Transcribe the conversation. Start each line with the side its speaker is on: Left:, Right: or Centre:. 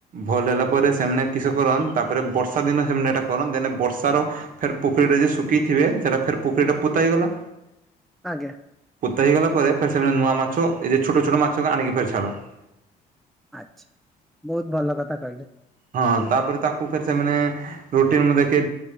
Right: ଭଲ ହେଲା ପରେ ସେମାନେ କିଶ କରନ୍ ତାପରେ ବର୍ଷା ଦିନ ସେମାନେ ଏଟା କରନ୍ ଦେନେ ବର୍ଷାର ଫେର ପୋଖରୀଟା। ଶୁଖେଇଥିବେ ସେଟା ଫେର। ପୋଖରୀଟା ପୋତା ହେଇଗଲା
Centre: ଆଜ୍ଞା
Right: ପୋତାହେଇଗଲା ପରେ ସେମାନେ ନୂଆ ମାଛ। ମାଛ ଏ ଯେ ଛୋଟ ଛୋଟ ମାଛ କେ ଆନିକି ଫେର୍ ଛାଡନ୍ତି।
Centre: ଆଛା ବହୁତ ଭଲ କଥା କହିଲେ।
Right: ହଁ ତାପରେ ତାକୁ ଫେର ସେମାନେ ରୁଟିନ୍ ମୁଁ ଦେଖେ